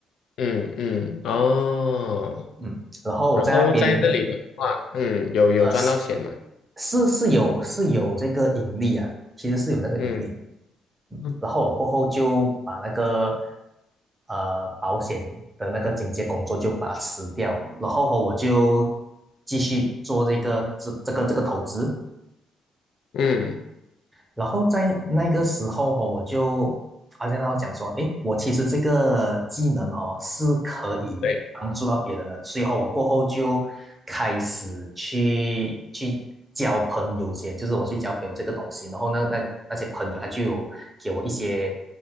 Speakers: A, on the left (about 75°); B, on the right (about 20°).
A: 嗯嗯，哦，
B: 嗯，然后我在那边
A: 然后在这里的话，嗯，有有赚到钱嘛？
B: 呃，是是是有是有这个引力啊，其实是有那个引力。
A: 嗯嗯
B: 然后我过后就把那个呃保险的那个警戒工作就把它辞掉，然后哦我就继续做这个这这个这个投资，
A: 嗯，
B: 然后在那个时候哈、我就发现到讲说，诶，我其实这个技能哦是可以帮助到别人的，
A: 对，
B: 所以哦我过后就开始去去交朋友先，就是我去交朋友这个东西，然后那那那些朋友他就有给我一些